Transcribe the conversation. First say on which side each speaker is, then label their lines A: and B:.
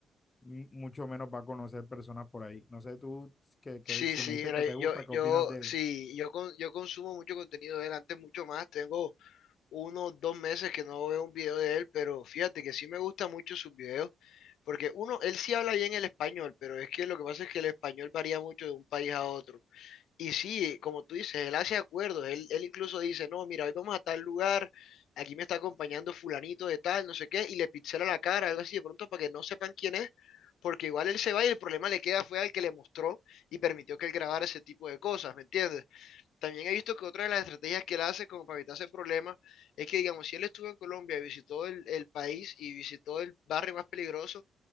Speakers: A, on the left; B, on the left.
A: m- mucho menos va a conocer personas por ahí. No sé tú, que, que
B: Sí,
A: si
B: sí,
A: me dijiste
B: mira,
A: que te gusta,
B: yo,
A: ¿qué
B: yo,
A: opinas de él?
B: sí, yo, con- yo consumo mucho contenido de él, antes mucho más, tengo uno, o dos meses que no veo un video de él, pero fíjate que sí me gustan mucho sus videos, porque uno, él sí habla bien el español, pero es que lo que pasa es que el español varía mucho de un país a otro. Y sí, como tú dices, él hace acuerdos, él, él incluso dice, no, mira, hoy vamos a tal lugar, aquí me está acompañando fulanito de tal, no sé qué, y le pixela la cara, algo así de pronto para que no sepan quién es. Porque igual él se va y el problema le queda fue al que le mostró y permitió que él grabara ese tipo de cosas, ¿me entiendes? También he visto que otra de las estrategias que él hace como para evitarse problemas es que, digamos, si él estuvo en Colombia y visitó el, el país y visitó el barrio más peligroso,